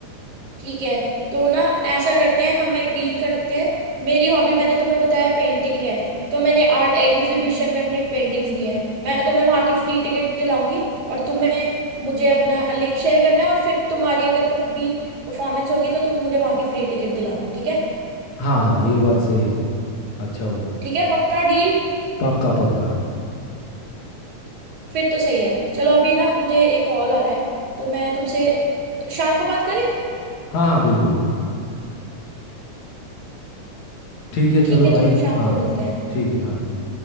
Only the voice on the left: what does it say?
हाँ हाँ ये बात सही है अच्छा होगा
पक्का पक्का
हाँ हाँ बिल्कुल ठीक है चलो
भाई
हाँ
ठीक है हाँ